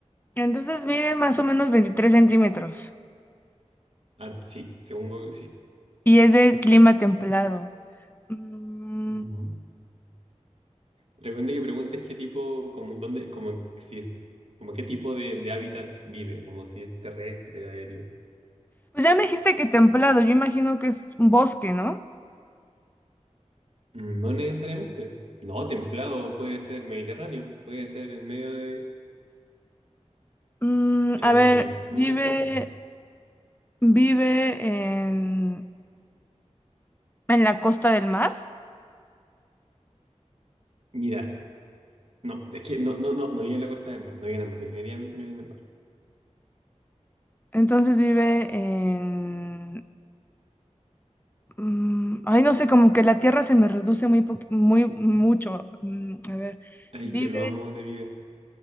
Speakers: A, on the left; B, on the right.
A: entonces mide más o menos 23 centímetros.
B: Ah, sí, según Google, sí.
A: Y es de clima templado. Mm,
B: Ujú. Recuerda que preguntes qué tipo, como, dónde, como, si, es- como qué tipo de, de hábitat vive, como si es terrestre, aéreo.
A: pues ya me dijiste que templado, yo imagino que es un bosque, ¿no?
B: Mm, No necesariamente. No, templado, puede ser mediterráneo, puede ser en medio de,
A: Mm,
B: en
A: a ver,
B: en muchas
A: vive,
B: partes.
A: vive en, en la costa del mar,
B: Mira, no, es que no, no, no, no vive en la costa del mar, no vive en el mar, definitivamente no vive en el mar.
A: entonces vive en... mm, ay, no sé, como que la tierra se me reduce muy, poqu- muy mucho. Mm, a ver,
B: Ay,
A: vive...
B: que lo amo, ¿dónde vive?